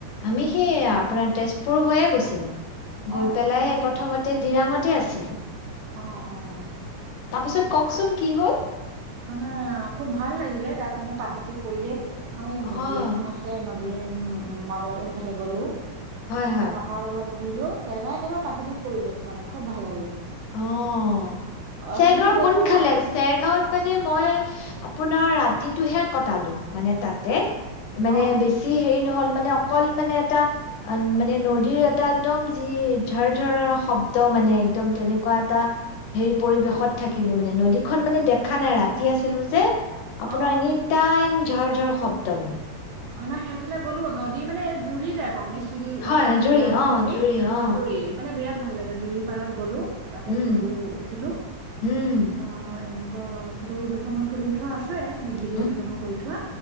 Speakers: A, on the left; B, on the right.
A: আমি সেই আপোনাৰ তেজপুৰ হৈয়ে গৈছিলো গৈ
B: অ
A: পেলাই সেই প্ৰথমতে দিৰাঙতে আছিলো
B: অঁ অঁ
A: তাৰপিছত কওকচোন কি হল
B: আপোনাৰ মানে খুব ভাল লাগিলে তাত মানে প্ৰাকৃতিক পৰিৱেশ এখন এই
A: অ',
B: নদী এখন আছে ন উ মাজতে সিফালে গ'লো
A: হয়
B: তাৰপা
A: হয়।
B: পাহাৰ অলপ ঘূৰিলোঁ চেগা একেবাৰে প্ৰাকৃতিক পৰিৱেশ মানে খুব ভাল লাগিলে
A: অঁ
B: অ
A: চেৰগাঁওৰ
B: তুমিও গৈছা
A: কোনফালে
B: ন
A: চেৰগাঁৱত মানে মই আপোনাৰ ৰাতিটোহে কটালো মানে তাতে
B: অ
A: মানে বেছি হেৰি নহল মানে অকল মানে এটা মানে নদীৰ এটা একদম যি ঝৰঝৰৰ শব্দ মানে একদম তেনে এনেকুৱা এটা হেৰি পৰিৱেশত থাকিলো মানে নদীখন মানে দেখা নাই ৰাতি আছিলো যে,
B: অ
A: আপোনাৰ এনি টাইম ঝৰঝৰ শব্দ মানে
B: অ না সেইফালে গ'লো নদী মানে এই জুৰি টাইপৰ মানে উ
A: হয়
B: আছে এনে
A: জুৰি
B: শিলাময়
A: অ
B: হেৰি
A: জুৰি অ
B: অঁজুৰি মানে বিৰাট ভাল লাগে জুৰি পাৰত গ'লো তাতে
A: উম
B: ফটো উঠিলো
A: উম
B: বা এনেকুৱা অ' ফটো দুখন মান তুলি থোৱা আছে আছে ভিডিঅ'
A: উম
B: দুটামান কৰি থোৱা